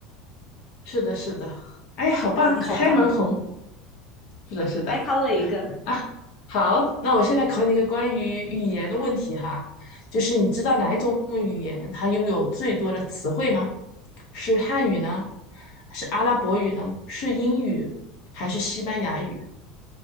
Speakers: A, on the left; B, on the left.
A: 是的，是的，哎，好棒，
B: 哇，你好棒！
A: 开门红。是的，是的
B: 来考我一个，
A: 啊，好，那我现在考你一个关于语言的问题哈，就是你知道哪一种语言它拥有最多的词汇吗？是汉语呢？是阿拉伯语呢？是英语还是西班牙语？